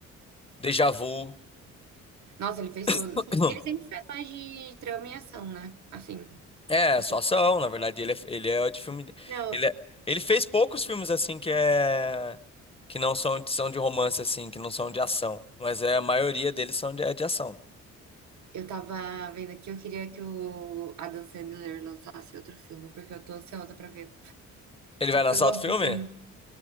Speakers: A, on the left; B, on the right.
A: Deja Vu.
B: Nossa, ele fez todos.
A: <clears throat>
B: Ele sempre faz mais de trama e ação, né? Assim.
A: É,
B: esse-
A: só ação, na verdade, ele é, ele é de filme.
B: Não,
A: Ele, é- ele fez poucos filmes assim que é que não são, são de romance assim, que não são de ação, mas é a maioria deles são de, é de ação.
B: eu tava vendo aqui, eu queria que o Adam Sandler lançasse outro filme, porque eu tô ansiosa pra ver.
A: Ele vai lançar
B: Eu gosto
A: outro filme?
B: do filme.